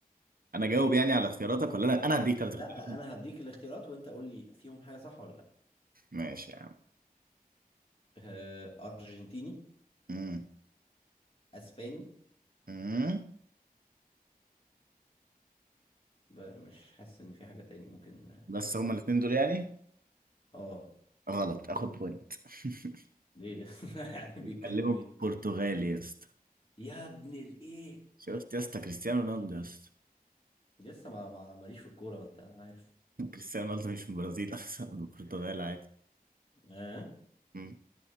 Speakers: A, on the right; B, on the left.
A: انا جاوب يعني على اختياراتك ولا لا انا هديك ثلاث
B: لا
A: اختيارات
B: انا هديك الاختيارات وانت قول لي فيهم حاجه صح ولا لا
A: ماشي يا عم
B: آه، ارجنتيني
A: امم
B: اسباني
A: امم
B: ب- مش حاسس ان في حاجه تاني ممكن
A: بس هما الاثنين دول يعني
B: اه
A: غلط اخد بوينت <laughs>
B: ليه <laughs> يعني بيتكلموا
A: كلمه
B: ايه
A: برتغالي يا اسطى
B: يا ابن الايه
A: شفت يا اسطى كريستيانو رونالدو يا اسطى
B: لسه ما ما- ماليش في الكوره وانت عارف
A: <laughs> كريستيانو رونالدو مش من البرازيل اصلا من البرتغال عادي
B: اه
A: مم.